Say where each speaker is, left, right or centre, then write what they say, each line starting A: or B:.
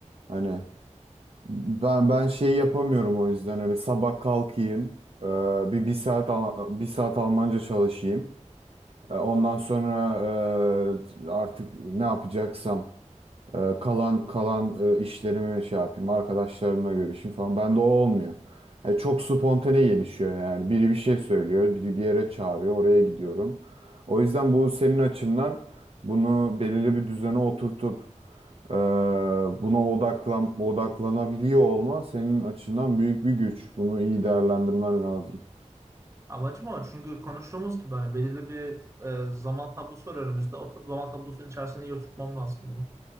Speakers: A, on the right; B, on the right.
A: Hani Ben ben şey yapamıyorum o yüzden hani sabah kalkayım e, bir bir saat Al- bir saat Almanca çalışayım E, ondan sonra e, t- artık ne yapacaksam e, kalan kalan e, işlerimi şey yapayım arkadaşlarımla görüşeyim falan bende o olmuyor E, çok spontane gelişiyor yani biri bir şey söylüyor biri bir yere çağırıyor oraya gidiyorum o yüzden bu senin açından bunu belirli bir düzene oturtup ee, buna odaklan odaklanabiliyor olman senin açından büyük bir güç. Bunu iyi değerlendirmen lazım.
B: Amacım o. Çünkü konuştuğumuz gibi hani belirli bir e, zaman tablosu var önümüzde. O ta- zaman tablosunun içerisinde iyi oturtmam lazım bunu.